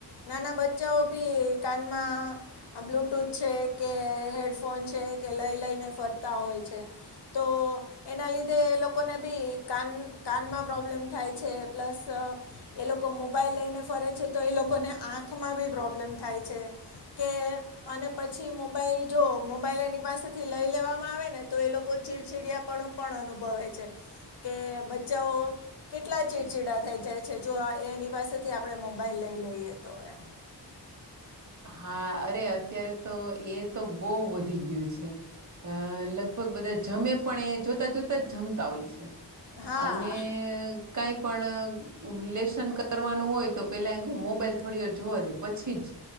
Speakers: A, on the left (about 70°); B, on the right (about 45°).
A: નાના બચ્ચાઓ ભી કાનમાં બ્લુટૂથ છે કે હેડફોન છે, કે લઈ લઈને ફરતા હોય છે, તો એના લીધે એ લોકોને બી કાન કાનમાં પ્રોબ્લેમ થાય છે પ્લસ એ લોકો મોબાઈલ લઈને ફરે છે, તો એ લોકોને આંખમાં બી પ્રોબ્લેમ થાય છે કે અને પછી મોબાઈલ જો મોબાઈલ એની પાસેથી લઈ લેવામાં આવે ને તો એ લોકો ચીડચીડિયા પણ અનુભવે છે, કે બચ્ચાઓ કેટલા ચીડચીડા થઈ જાય છે, જો એની પાસેથી આપડે મોબાઈલ લઈ લઈએ તો એમ.
B: <inaudible> હા અરે અત્યારે તો એ તો બહુ વધી ગયું છે. અ લગભગ બધા જમે પણ એ જોતા જોતા જ જમતા હોય છે,
A: હા
B: અને કાંઈ પણ લેશન કરવાનું હોય તો પેલા એમ કે મોબાઈલ થોડી વાર જોવા દે પછી જ